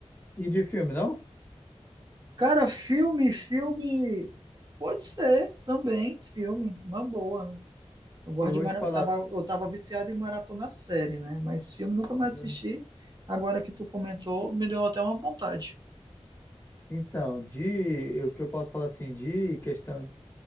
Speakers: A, on the left; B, on the right.
A: e de filme, não?
B: Cara, filme, filme. Pode ser também, filme, uma boa. Eu gosto
A: Eu
B: de
A: vou
B: mara...
A: te falar.
B: eu tava, eu tava viciado em maratona série, né? Mas filme nunca mais
A: Uhum.
B: assisti. Agora que tu comentou, me deu até uma vontade.
A: Então, de o que eu posso falar assim, de questão